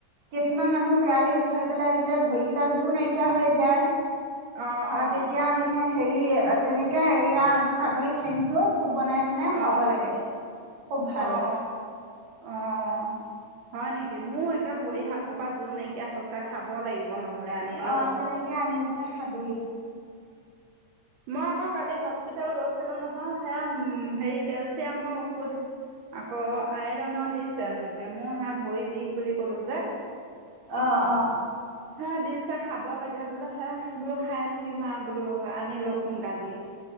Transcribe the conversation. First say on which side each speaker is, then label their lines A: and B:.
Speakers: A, on the right; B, on the right.
A: কিছুমান মানুহৰ পেৰালিচ হৈ পেলাই যে ভৰিকেইটা জোৰ নাইকিয়া হৈ যায়
B: অঁ অঁ
A: অ তেতিয়া মানে সেই হেৰি তেনেকে এয়া ছাগলী ঠেংটো চুপ বনাই বনাই খুৱাব
B: অহ
A: লাগে খুব ভাল
B: অহ অহ অহ অহ হয় নে কি মোৰো একে ভৰি হাত সোপা যোৰ নাইকি এয়া সঁচা খাব লাগিব নহ'লে আনি
A: অ
B: ৰহ
A: তেনেকে আনি পেলাই খাবি
B: মই আকৌ কালি হস্পিতেল গৈছিলো নহয় সেয়া উ হেই কেলচিয়ামৰ ঔষধ আকৌ আইৰনৰ দিছে মোকে মোৰ হে ভৰি বিষ বুলি কলো যে
A: অ অ
B: হে দিছে খাব লাগে বোলে হে বোলো খাই থাকিম আও বোলো আনি ল' চোন ডালি